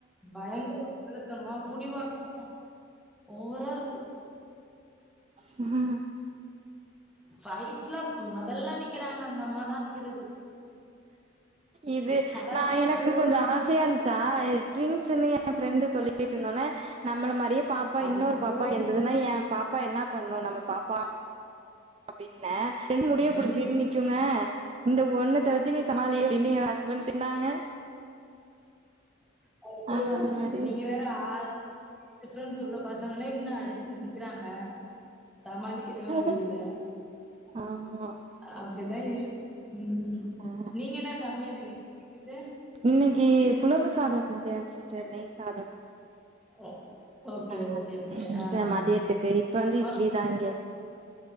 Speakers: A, in the centre; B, on the right.
A: பயங்கர வாழுத்தனோ புடிவாதமு ஓவரா இருக்கு
B: ம்
A: ஃபைட்ல மொதல்ல நிக்கிறாங்க அந்தம்மாதா நிக்கிறது
B: இது
A: கராத்தே
B: நா எனக்கு
A: கத்துக்கிறது
B: கொஞ்சோ
A: என்
B: ஆசையாஞ்ச்சா
A: பை
B: ட்விங்ன்ஸ்ஸுன்னு எ ஃபிரெண்டு் சொல்லிட்டிருந்தோன நம்மள மாரியே பாப்பா
A: ஐயோ!
B: இன்னொரு பாப்பா என் இதுனா ஏ பாப்பா என்ன பண்ணு நம்ம பாப்பா அப்டின்ன ரெண்டு முடிய புடிச்சினு
A: ம்
B: நிக்குங்க இந்த ஒண்ணுகாச்சி நீ சமாளி அப்டின்னு ஏ ஹஸ்பண்ட் தின்னாங்க
A: கரெகட்டு
B: ஆ
A: தா
B: அந்த மாரி
A: நீங்க வேற ஆறு <unintelligible> டிப்ரன்ஸ் உள்ள பசங்கள இன்னு அடிச்சிருக்கீங்க க்கிறாங்க சமாளிக்கவே முடியில
B: ஆ ஆமா
A: அப்டிதா இருக்கு ம் ம்
B: ஆ
A: நீங்க என்ன சமையல் இன்னைக்கிக்கு
B: இன்னைக்கி புலவு சாதோ செஞ்ச சிஸ்டர் நெய் சாதம்
A: ஓ ஓகே,
B: அ
A: ஓகே, ஓகே.
B: இங்க
A: ஆ,
B: மதியத்துக்குக்
A: ஆ.
B: இப்ப வந்து
A: ஒர்க்
B: இட்லி தா இங்க